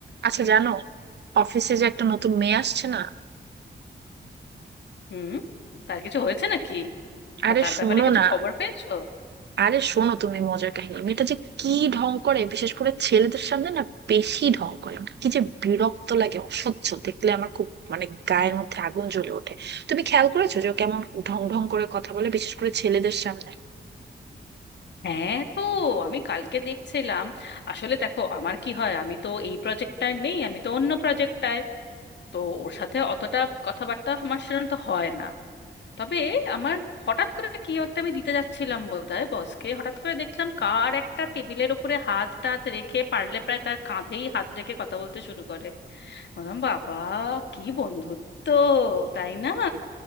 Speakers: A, on the right (about 70°); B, on the left (about 75°).
A: আচ্ছা জানো অফিসে যে একটা নতুন মেয়ে আসছে না
B: হুম তার কিছু হয়েছে নাকি
A: আরে
B: বা তার
A: শোনো
B: ব্যাপারে কিছু
A: না
B: খবর পেয়েছো
A: আরে শোনো তুমি মজার কাহিনী মেয়েটা যে কি ঢং করে বিশেষ করে ছেলেদের সামনে না বেশি ঢং করে আমার কি যে বিরক্ত লাগে অসহ্য দেখলে আমার খুব মানে গায়ের মধ্যে আগুন জ্বলে ওঠে তুমি খেয়াল করেছো যে ও কেমন ঢং ঢং করে কথা বলে বিশেষ করে ছেলেদের সামনে
B: হ্যাঁ তো আমি কালকে দেখছিলাম আসলে দেখো আমার কি হয় আমি তো এই প্রজেক্টটায় নেই আমি তো অন্য প্রজেক্টটায় তো ওর সাথে অতটা কথাবার্তা আমার সেরকম তো হয় না তবে আমার হঠাৎ করে কি একটা আমি দিতে যাচ্ছিলাম বোধহয় বসকে হঠাৎ করে দেখলাম কার একটা টেবিলের ওপরে হাত টাত রেখে পারলে প্রায় তার কাঁধেই হাত রেখে কথা বলতে শুরু করে বললাম বাবা কি বন্ধুত্ব তাই না